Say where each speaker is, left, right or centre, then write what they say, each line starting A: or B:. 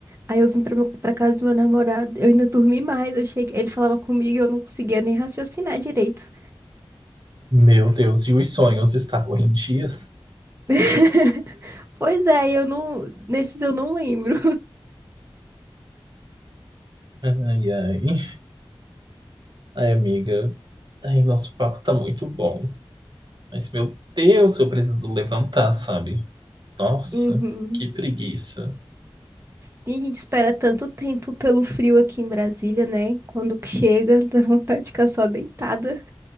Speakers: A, on the right (about 30°); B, on the right (about 55°).
A: aí eu vim pra, meu- pra casa do meu namorado, eu ainda dormi mais. Eu cheguei, ele falava comigo e eu não conseguia nem raciocinar direito.
B: Meu Deus, e os sonhos estavam em dias?
A: <laughs> Pois é, eu não. Nesses eu não lembro.
B: Ai, ai. Ai, amiga. Ai, nosso papo tá muito bom. Mas, meu Deus, eu preciso levantar, sabe? Nossa,
A: Uhum.
B: que preguiça.
A: Sim, a gente espera tanto tempo pelo frio aqui em Brasília, né? Quando que chega, dá vontade de ficar só deitada.